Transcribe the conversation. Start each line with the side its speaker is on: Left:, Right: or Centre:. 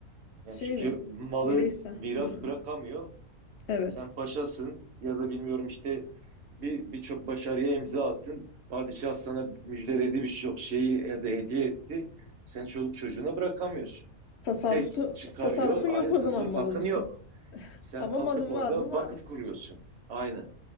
Right: Yani
Left: Şey
Right: çünkü
Left: mi?
Right: malı
Left: bireysel?
Right: miras
Left: Hmm,
Right: bırakamıyor.
Left: Evet.
Right: Sen paşasın ya da bilmiyorum işte bir birçok başarıya imza attın. Padişah sana müjdeledi bir şey yok şeyi ya da hediye etti. Sen çoluk çocuğuna bırakamıyorsun.
Left: Tasarrufta,
Right: Tek çıkarıyor
Left: tasarrufun
Right: aynı
Left: yok o
Right: tasarruf
Left: zaman malın
Right: hakkın
Left: üstünde.
Right: yok. Sen
Left: Ama
Right: kalkıp
Left: malın
Right: orada
Left: var mı? Var.
Right: vakıf kuruyorsun. Aynı.